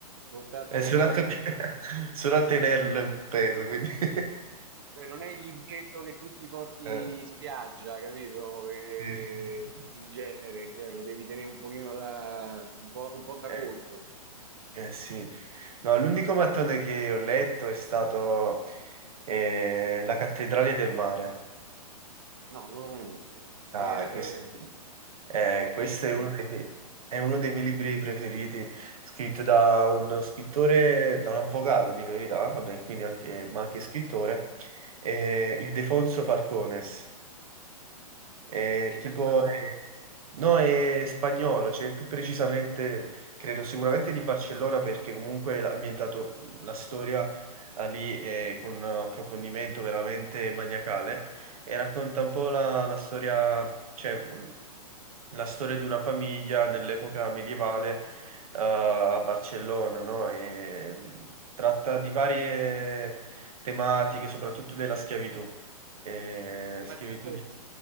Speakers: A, on the right; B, on the right.
A: portarselo
B: è solo
A: appresso
B: a, toc- <laughs> solo a tenerlo in peso, quindi... <laughs>
A: Cioè, non è il libretto che tu ti porti
B: Eh,
A: in spiaggia, capito? Che-
B: sì, sì, sì, sì.
A: in genere, cioè, lo devi tenere un pochino da, un po', un po' da
B: Eh,
A: conto.
B: eh, sì. No, l'unico mattone che ho letto è stato eh, La cattedrale del mare.
A: No, non lo conosco. E-
B: Ah, questo,
A: e-
B: è,
A: bellissimo.
B: eh, questo è uno dei miei, è uno dei miei libri preferiti, scritto da uno scrittore, da un avvocato, di la verità, vabbè, quindi anche- ma anche scrittore, eh, Ildefonso Falcones. Eh,
A: È italiano?
B: tipo, eh, no, è spagnolo, cioè più precisamente, credo sicuramente di Barcellona, perché comunque ha ambientato la storia eh, lì eh, con un approfondimento veramente maniacale e racconta un po' la, la storia, cioè la storia di una famiglia nell'epoca medievale eh, a Barcellona, no? E mh, tratta di varie tematiche, soprattutto della schiavitù. E
A: Senti,
B: schiavitù
A: ma tu
B: di